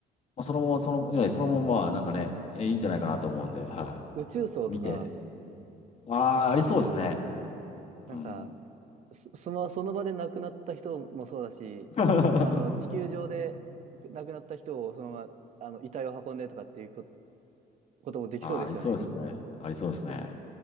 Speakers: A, on the left (about 40°); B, on the right (about 45°).
A: まあ、そのまま、その、ねそのまま、なんかね、えいいんじゃないかなと思うんで、は
B: 宇宙葬とか、
A: い。見て。ああ、ありそうですね。
B: なんか、
A: うん。
B: そ、その、その場で亡くなった人もそうだし、
A: <laughs> あ
B: あの、地球上で亡くなった人をそのまま、あの、遺体を運んでとかっていうここともできそうですよね。
A: あ、ありそうですね。ありそうですね。